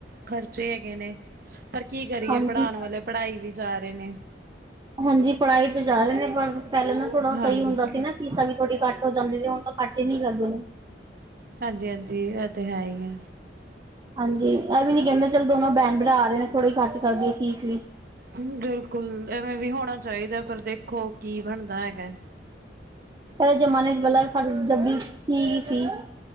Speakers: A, on the right (about 55°); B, on the right (about 25°).
A: ਖਰਚੇ ਹੈਗੇ ਨੇ, ਪਰ ਕੀ ਕਰੀਏ
B: ਹਾਂਜੀ
A: ਪੜ੍ਹਾਉਣ ਵਾਲੇ ਪੜ੍ਹਾਈ ਵੀ ਜਾ ਰਹੇ ਨੇ
B: ਹਾਂਜੀ ਪੜ੍ਹਾਈ ਤੇ ਜਾ ਰਹੇ ਨੇ ਪਰ ਪਹਿਲਾਂ ਨਾ ਥੋੜ੍ਹਾ
A: ਹਾਂਜੀ
B: ਸਹੀ ਹੁੰਦਾ ਸੀ ਨਾ ਫੀਸਾਂ ਵੀ ਥੋੜ੍ਹੀ ਘੱਟ ਹੋ ਜਾਂਦੀ ਹੁਣ ਹੁਣ ਘੱਟ ਨਹੀਂ ਕਰਦੇ
A: ਹਾਂਜੀ ਹਾਂਜੀ ਇਹ ਤੇ ਹੈ ਹੀ
B: ਹਾਂਜੀ ਇਹ ਵੀ ਨੀ ਕਹਿੰਦੇ ਚੱਲ ਦੋਨੋ ਬੈਨ ਬਰਾ ਆ ਰਹੇ ਨੇ ਥੋੜ੍ਹੇ ਘੱਟ ਕਰਦੀ ਏ ਫੀਸ ਵੀ
A: ਬਿਲਕੁਲ ਐਵੇਂ ਵੀ ਹੋਣਾ ਚਾਹੀਦਾ ਪਰ ਦੇਖੋ ਕੀ ਬਣਦਾ ਹੈਗਾ
B: ਇਹ ਜ਼ਮਾਨੇ 'ਚ ਬਲਾ ਫਰ ਜ ਵੀ ਕੀ ਸੀ